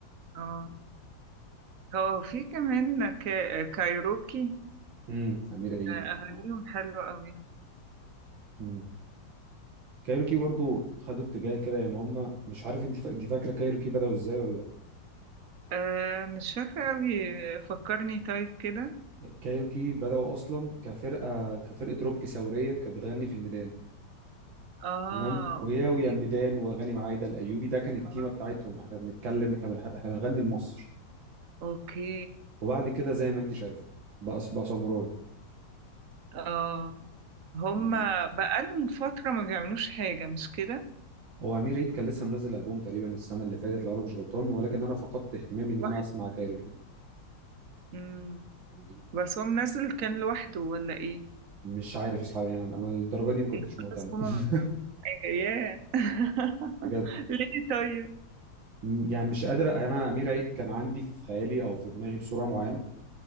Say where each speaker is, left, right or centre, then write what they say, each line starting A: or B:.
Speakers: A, on the right; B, on the right.
A: اه هو في كمان كا- كايروكي
B: امم امير عيد
A: آه، اغانيهم حلوه قوي
B: امم كايروكي برضو خدوا اتجاه كده يعني هم مش عارف انت فا... انت فاكره كايروكي بداوا ازاي ولا
A: آه مش فاكره قوي فكرني طيب كده
B: لا كايروكي بداوا اصلا كفرقه كفرقه روك ثوريه كانت بتغني في الميدان
A: اه
B: تمام وياويا
A: اوكي
B: الميدان واغاني معايده الايوبي ده كان التيمه
A: اه
B: بتاعتهم احنا بنتكلم احنا بنح... احنا بنغني لمصر
A: اوكي
B: وبعد كده زي ما انت شايف بقى بقى ساموراي
A: اه هما
B: يعني
A: بقالهم فترة ما بيعملوش حاجة مش كده
B: هو امير عيد كان لسه منزل البوم تقريبا السنه اللي فاتت لو انا مش غلطان ولكن انا فقدت اهتمامي ان
A: واحد
B: انا اسمع كايروكي
A: مم.
B: يعني
A: بس هو منزل كان لوحده ولا ايه
B: مش عارف اصلا يعني انا الدرجه دي ما كنتش
A: يعني
B: مهتم
A: خلاص هما
B: <laughs>
A: ما بيعملوش حاجة ياه <laughs>
B: بجد
A: ليه طيب
B: يعني مش قادر انا امير عيد كان عندي في خيالي او في دماغي بصوره معينه